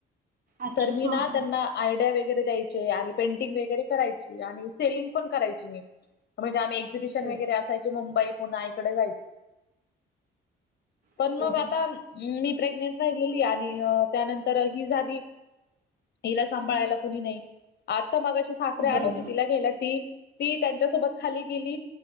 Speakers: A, on the right; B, on the left.
A: अच्छा
B: तर मी
A: हा
B: ना
A: हा
B: त्यांना आयडिया वगैरे द्यायचे आणि पेंटिंग वगैरे करायची आणि सेलिंग पण करायची मी म्हणजे आम्ही एक्झिबिशन
A: हो
B: वगैरे असायची मुंबई पुन्हा इकडे जायची पण
A: हो
B: मग
A: हो
B: आता मी प्रेग्नेंट राहिलेली आणि त्यानंतर ही झाली हिला सांभाळायला
A: हं.
B: कुणी नाही आत्ता मग अे सासरे आले
A: बरोबर
B: होते तिला घ्यायला ती ती त्यांच्यासोबत खाली गेली